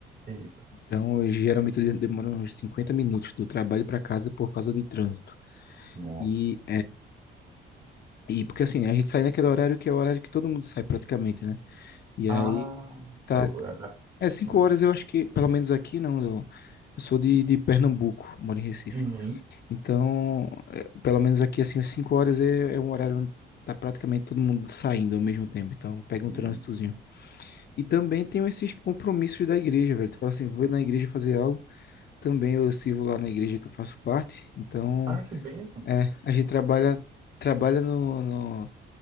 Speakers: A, on the right; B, on the left.
A: Eita.
B: Então, eu geralmente eu demoro uns 50 minutos do trabalho para casa por causa de trânsito.
A: Nossa.
B: E E porque assim, a gente sai naquele horário que é o horário que todo mundo sai praticamente, né? E
A: Ah,
B: aí tá.
A: é o. é-
B: É cinco
A: é
B: horas, eu acho que, pelo menos aqui, não. Eu, eu sou de, de Pernambuco, moro em Recife.
A: Uhum.
B: Então, é, pelo menos aqui, assim, às cinco horas é, é um horário onde tá praticamente todo mundo saindo ao mesmo tempo. Então, pega
A: Uhum.
B: um trânsitozinho. E também tem esses compromissos da igreja, velho. Tu fala assim, vou na igreja fazer algo. Também eu sirvo lá na igreja que eu faço parte. Então,
A: Ah, que bênção.
B: é, a gente trabalha, trabalha no, no-